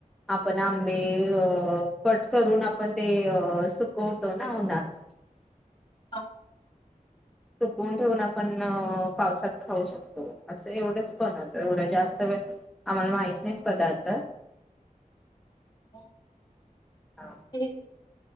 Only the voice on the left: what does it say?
हा
मग
ते